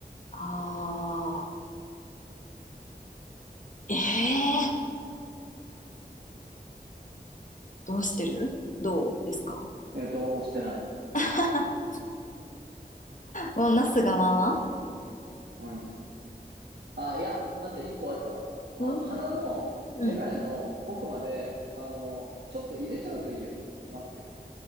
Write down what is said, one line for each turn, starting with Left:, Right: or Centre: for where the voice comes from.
Left: あー、ええー、どうしてるどうですか
Right: いや、どうもしてない。
Left: <laughs> もうなすがまま
Right: うんうん。あ、いや、待って、一個あったわ。あの、
Left: うん
Right: 鼻のメガネの奥まで、
Left: うん、
Right: あの、ちょっと入れちゃうといいよ。マスク。